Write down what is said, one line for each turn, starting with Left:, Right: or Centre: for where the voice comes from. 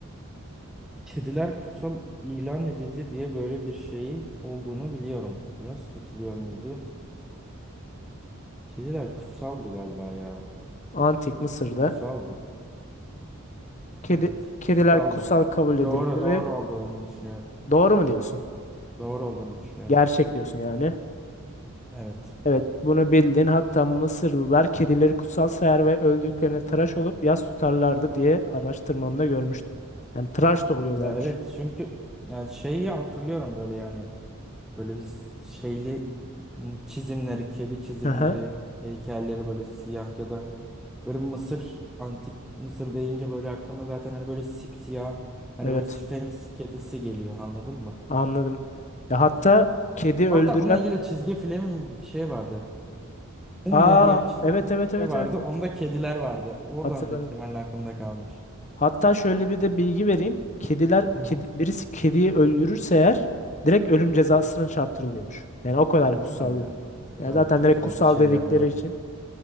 Centre: Kediler kutsal ilan edildi diye böyle bir şeyi olduğunu biliyorum. Yas tutuluyor muydu? Kediler kutsaldı galiba ya.
Left: Antik Mısır'da
Centre: Kutsaldı.
Left: kedi
Centre: Evet, kutsaldı.
Left: kediler kutsal kabul edilirdi
Centre: Doğru, doğru
Left: ve
Centre: olduğunu düşünüyorum.
Left: doğru mu diyorsun?
Centre: Doğru olduğunu düşünüyorum.
Left: Gerçek diyorsun yani.
Centre: Evet.
Left: Evet, bunu bildin. Hatta Mısırlılar kedileri kutsal sayar ve öldüklerine tıraş olup yas tutarlardı diye araştırmamda görmüştüm. Yani tıraş da oluyorlarmış.
Centre: Ya evet çünkü yani şeyi hatırlıyorum böyle yani Böyle bir şeyli çizimleri, kedi çizimleri,
Left: Aha,
Centre: heykelleri böyle siyah ya da böyle Mısır, antik Mısır deyince böyle aklıma zaten hani böyle sipsiyah, hani
Left: evet,
Centre: böyle Sphinx kedisi geliyor anladın mı?
Left: anladım. Ya hatta kedi
Centre: Hatta
Left: öldüren...
Centre: bununla ilgili çizgi film bir şey vardı. Mumya
Left: Aa,
Centre: diye bir çizgi
Left: evet
Centre: film
Left: evet
Centre: bir şey
Left: evet
Centre: vardı.
Left: evet. evet.
Centre: Onda kediler vardı. Oradan
Left: Hatırladım.
Centre: büyük ihtimalle aklımda kalmış.
Left: Hatta şöyle bir de bilgi vereyim. Kediler,
Centre: Hı hı.
Left: kedi, birisi kediyi öldürürse eğer direkt ölüm cezasına çarptırılıyormuş. Yani o kadar
Centre: Normal
Left: kutsal.
Centre: yani.
Left: Yani
Centre: Evet
Left: zaten
Centre: kutsal
Left: direkt kutsal
Centre: bir şeyler
Left: dedikleri
Centre: öyle yapıyorsun.
Left: için.